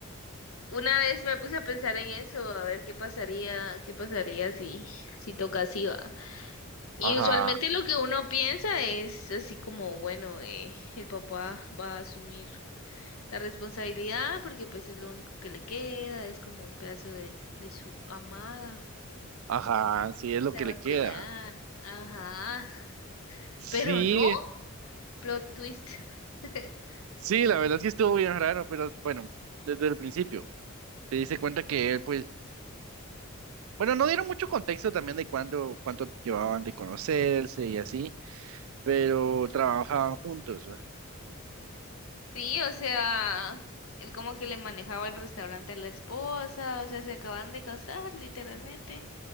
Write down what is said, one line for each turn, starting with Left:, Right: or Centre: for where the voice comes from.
Left: una vez me puse a pensar en eso, a ver qué pasaría, qué pasaría si, si toca así, va. Y
Right: Ajá,
Left: usualmente lo que uno piensa es así como, bueno, eh, el papá va a asumir. la responsabilidad, porque pues es lo único que le queda, es como un pedazo de, de su amada,
Right: ajá, sí es lo
Left: la
Right: que le
Left: va a
Right: queda.
Left: cuidar, ajá, <laughs>
Right: Sí,
Left: pero no, plot twist. <laughs>
Right: sí, la verdad sí estuvo bien raro, pero bueno, desde el principio te diste cuenta que él, pues, bueno, no dieron mucho contexto también de cuándo, cuánto llevaban de conocerse y así, pero trabajaban juntos, ¿va?
Left: Sí, o sea, él como que le manejaba el restaurante a la esposa, o sea, se acaban de casar literalmente